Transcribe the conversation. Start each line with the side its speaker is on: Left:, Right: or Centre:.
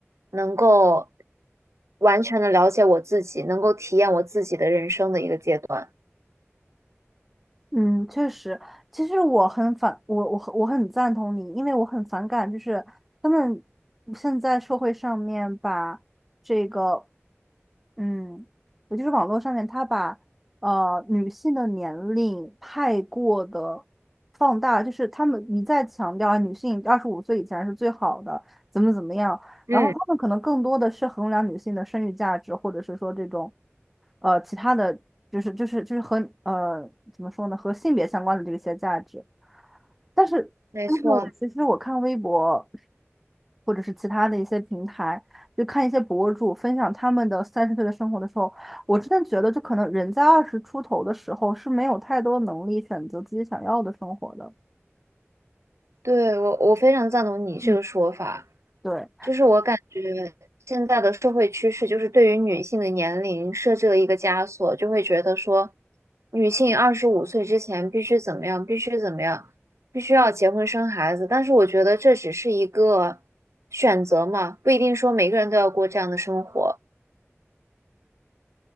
Right: 能够完全的了解我自己，能够体验我自己的人生的一个阶段。
Centre: 嗯，确实，其实我很反，我我很我很赞同你，因为我很反感，就是他们现在社会上面把这个，嗯，也就是网络上面，他把呃女性的年龄太过的放大，就是他们一再强调啊女性二十五岁以前是最好的，怎么怎么样，
Right: 嗯，
Centre: 然后他们可能更多的是衡量女性的生育价值，或者是说这种呃其他的就是就是就是和呃怎么说呢和性别相关的这些价值。但是但是我其实我看微博
Right: 没错，
Centre: 或者是其他的一些平台，就看一些博主分享他们的三十岁的生活的时候，我真的觉得就可能人在二十出头的时候是没有太多能力选择自己想要的生活的。
Right: 对，我我非常赞同你这个说法。
Centre: 嗯对。
Right: 就是我感觉现在的社会趋势，就是对于女性的年龄设置了一个枷锁，就会觉得说，女性二十五岁之前必须怎么样，必须怎么样，必须要结婚生孩子。但是我觉得这只是一个选择嘛，不一定说每个人都要过这样的生活，